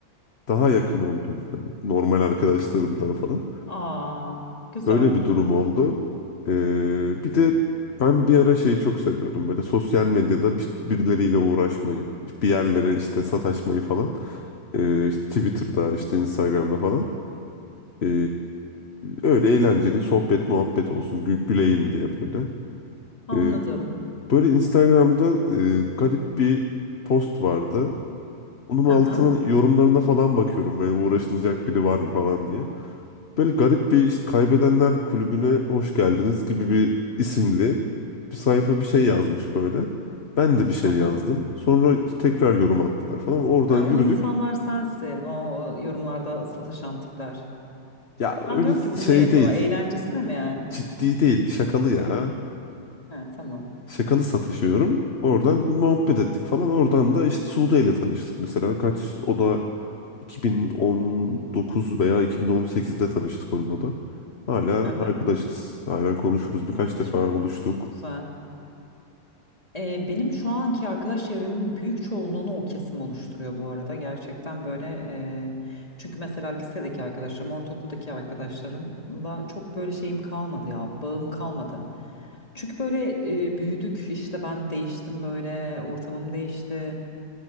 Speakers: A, on the left (about 45°); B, on the left (about 25°).
A: daha yakın oldum. Hani normal arkadaşlarımdan falan.
B: Aa, güzel.
A: Öyle bir durum oldu. Ee, bir de ben bir ara şeyi çok seviyordum. Böyle sosyal medyada bir- birileriyle uğraşmayı, bir yerlere işte sataşmayı falan. Ee, işte Twitter'da, işte Instagram'da falan. Ee, öyle eğlenceli sohbet muhabbet olsun, gü güleyim diye böyle.
B: Anladım.
A: Ee, böyle Instagram'da e, garip bir post vardı. Onun
B: Hı
A: altına
B: hı.
A: yorumlarına falan bakıyorum böyle uğraşılacak biri var mı falan diye. Böyle garip bir işte kaybedenler kulübüne hoş geldiniz gibi bir isimli bir sayfa bir şey yazmış böyle. Ben de bir şey
B: Hı hı.
A: yazdım. Sonra tekrar yorum attılar falan. Oradan
B: Ha,
A: yürüdük.
B: o insanlar sensin. O yorumlarda sataşan tipler.
A: Ya
B: Ben
A: öyle
B: diyorum ki bunu
A: şey
B: niye yapıyorlar?
A: değil.
B: Eğlencesine mi yani?
A: Ciddi değil. Şakalı ya.
B: Ha, tamam.
A: Şakalı satışıyorum. Oradan bir muhabbet ettik falan. Oradan da işte Sude ile tanıştık mesela. Kaç o da 2019 veya 2018'de tanıştık onunla da. Hala
B: Hı hı.
A: arkadaşız. Hala konuşuruz. Birkaç
B: Evet,
A: defa
B: çok
A: buluştuk.
B: güzel. Ee, benim şu anki arkadaş çevremin büyük çoğunluğunu o kesim oluşturuyor bu arada. Gerçekten böyle e, çünkü mesela lisedeki arkadaşlarım, ortaokuldaki arkadaşlarımla çok böyle şeyim kalmadı ya, bağım kalmadı. Çünkü böyle e, büyüdük işte ben değiştim böyle ortamım değişti.